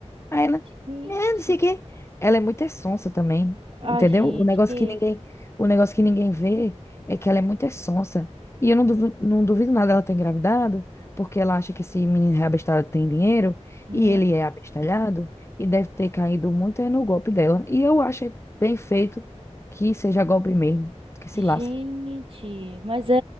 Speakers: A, on the left; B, on the right.
A: Aí ela, né,
B: Gente,
A: não sei o quê. Ela é muito é sonsa também, entendeu?
B: a gente
A: O negócio
B: que...
A: que ninguém, o negócio que ninguém vê é que ela é muito é sonsa. E eu não duvido, não duvido nada ela ter engravidado, porque ela acha que esse menino reabestalhado tem dinheiro,
B: Hum,
A: e ele é abestalhado, e deve ter caído muito é no golpe dela. E eu acho é bem feito que seja golpe mesmo, que se
B: gente,
A: lasque.
B: mas é,